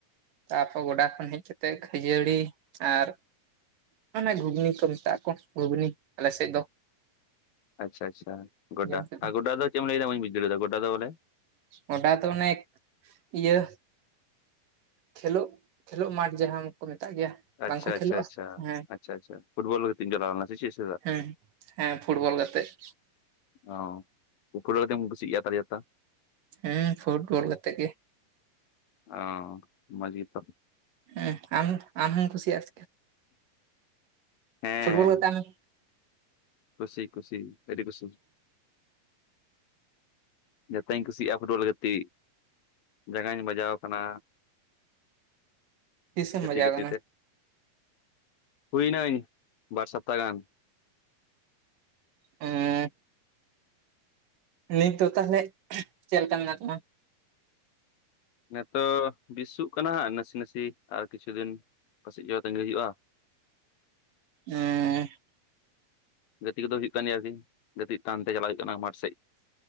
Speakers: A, on the right; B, on the left.
A: ᱛᱟᱯᱚᱨ ᱜᱚᱰᱟ ᱠᱷᱚᱱ ᱦᱮᱡ ᱠᱟᱛᱮᱫ ᱠᱷᱟᱹᱡᱟᱹᱲᱤ ᱟᱨᱼᱼ ᱢᱟᱱᱮ ᱜᱷᱩᱜᱽᱱᱤ ᱠᱚ ᱢᱮᱛᱟᱜ ᱟᱠᱚ ᱜᱷᱩᱜᱽᱱᱤ ᱟᱞᱮᱥᱮᱡ ᱫᱚ
B: ᱟᱪᱪᱷᱟ ᱟᱪᱪᱷᱟ ᱜᱚᱰᱟ
A: ᱡᱚᱢ ᱠᱮᱫ
B: ᱟᱨ ᱜᱚᱰᱟ ᱫᱚ ᱪᱮᱫ ᱮᱢ ᱞᱟᱹᱭᱫᱟ ᱵᱟᱹᱧ ᱵᱩᱡ ᱫᱟᱲᱮᱭᱟᱫᱟ ᱜᱚᱰᱟ ᱫᱚ ᱵᱚᱞᱮᱼᱼ
A: ᱜᱚᱰᱟ ᱢᱟᱱᱮ ᱫᱚ ᱤᱭᱟᱹᱼᱼ ᱠᱷᱮᱞᱳᱜ ᱠᱷᱮᱞᱳᱜ ᱢᱟᱴᱷ ᱡᱟᱦᱟᱸ ᱜᱮ ᱠᱚ ᱢᱮᱛᱟᱜ ᱜᱮᱭᱟ
B: ᱟᱪᱪᱷᱟ
A: ᱵᱟᱝᱠᱚ
B: ᱟᱪᱪᱷᱟ
A: ᱠᱷᱮᱞᱳᱜᱼᱟ
B: ᱟᱪᱪᱷᱟ
A: ᱦᱮᱸ
B: ᱟᱪᱪᱷᱟ ᱟᱪᱪᱷᱟ ᱯᱷᱩᱴᱚᱞ ᱜᱟᱛᱤᱜ ᱮᱢ ᱪᱟᱞᱟᱣ ᱞᱮᱱᱟ ᱥᱮ ᱪᱮᱫ ᱥᱮᱼᱼᱼ
A: ᱦᱮᱸ ᱦᱮᱸ ᱯᱷᱩᱴᱵᱚᱞ ᱜᱟᱛᱮᱜ
B: ᱚ ᱯᱷᱩᱴᱵᱚᱞ ᱜᱟᱛᱮᱢ ᱠᱩᱥᱤᱜ ᱜᱮᱭᱟ <unintelligible>
A: ᱦᱮᱸ ᱯᱷᱩᱴᱵᱚᱞ ᱜᱟᱛᱮᱜ ᱜᱮ᱾
B: ᱚ ᱢᱚᱡᱽ ᱜᱮᱛᱚ
A: ᱦᱮᱸ ᱟᱢ ᱟᱢ ᱦᱚᱸᱢ ᱠᱷᱩᱥᱤᱭᱟᱜᱼᱼ
B: ᱦᱮᱸ
A: ᱯᱷᱩᱴᱵᱚᱞ ᱜᱟᱛᱮᱜ ᱟᱢ
B: ᱠᱩᱥᱤ ᱠᱩᱥᱤ ᱟᱹᱰᱤ ᱠᱩᱥᱤ ᱡᱚᱛᱚᱧ ᱠᱩᱥᱤᱭᱟᱜᱼᱟ ᱯᱷᱩᱴᱵᱚᱞ ᱜᱟᱛᱤᱜ ᱡᱟᱸᱜᱟᱧ ᱵᱟᱡᱟᱣᱼᱼ ᱠᱟᱱᱟ
A: ᱛᱤᱥᱮᱢ
B: ᱜᱟᱛᱤ
A: ᱵᱟᱡᱟᱣ
B: ᱜᱟᱛᱤ
A: ᱠᱟᱱᱟ
B: ᱛᱮᱼᱼ ᱦᱩᱭ ᱮᱱᱟᱹᱧ ᱵᱟᱨ ᱥᱚᱯᱛᱟᱦᱚ ᱜᱟᱱ
A: ᱮᱸᱻ ᱱᱤᱛ ᱫᱚ ᱛᱟᱞᱦᱮ ᱪᱮᱫ ᱞᱮᱠᱟ ᱢᱮᱱᱟᱜ ᱛᱟᱢᱟ?
B: ᱱᱮᱛᱳ ᱵᱤᱥᱩᱜ ᱠᱟᱱᱟ ᱱᱟᱥᱤ ᱱᱟᱥᱤ ᱟᱨ ᱠᱤᱪᱷᱩ ᱫᱤᱱ ᱯᱟᱹᱥᱤᱡ ᱫᱚ ᱛᱟᱸᱜᱤ ᱦᱩᱭᱩᱜᱼᱟ᱾
A: ᱮᱸᱻ
B: ᱜᱟᱛᱤ ᱠᱚᱫᱚ ᱦᱩᱭᱩᱜ ᱠᱟᱱ ᱜᱮᱭᱟ ᱟᱨᱠᱤ ᱜᱟᱛᱤᱜ ᱴᱟᱱᱛᱮ ᱪᱟᱞᱟᱜ ᱦᱩᱭᱩᱜ ᱠᱟᱱᱟ ᱢᱟᱴᱷ ᱥᱮᱡ᱾